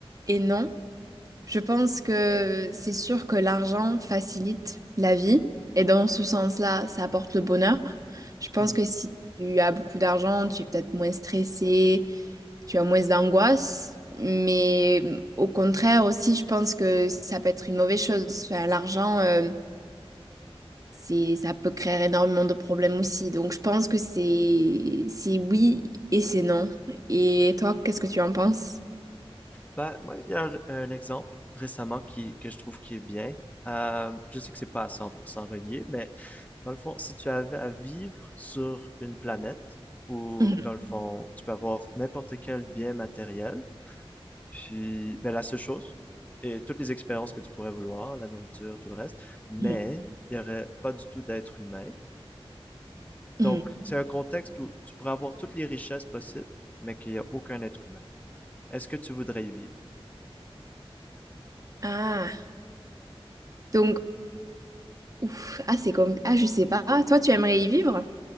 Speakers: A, on the right; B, on the left.
A: et non. Je pense que c'est sûr que l'argent facilite la vie et dans ce sens-là, ça apporte le bonheur. Je pense
B: Mhm.
A: que si tu as beaucoup d'argent, tu es peut-être moins stressé, tu as moins d'angoisse, mais au contraire aussi, je pense que ça peut être une mauvaise chose. Enfin, l'argent, euh, c'est, ça peut créer énormément de problèmes aussi. Donc, je pense que c'est, c'est oui et c'est non. Et toi, qu'est-ce que tu en penses?
B: Ben, moi, il y a un exemple récemment qui, que je trouve qui est bien. Euh, je sais que c'est pas à 100% relié, mais dans le fond, si tu avais à vivre sur une planète où,
A: <laughs> Mhm,
B: dans le fond, tu peux avoir n'importe quel bien matériel, Puis, ben, la seule chose, et toutes les expériences que tu pourrais vouloir, la nourriture, tout le reste, mais
A: mhm,
B: il n'y aurait pas du tout d'être humain.
A: mhm.
B: Donc, c'est un contexte où tu pourrais avoir toutes les richesses possibles, mais qu'il n'y a aucun être humain. Est-ce que tu voudrais y vivre?
A: Ah, donc, ouf, ah, c'est comme, ah, je sais pas. Toi, tu aimerais y vivre?